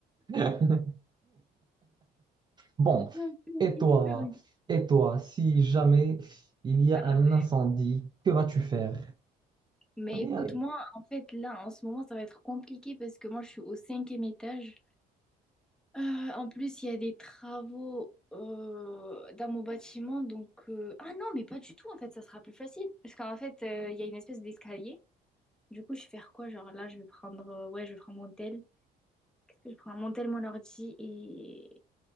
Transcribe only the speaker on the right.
<laughs> Bon,
Et toi, et toi, si jamais il y
a un
incendie, que vas-tu faire?
Aïe,
aïe.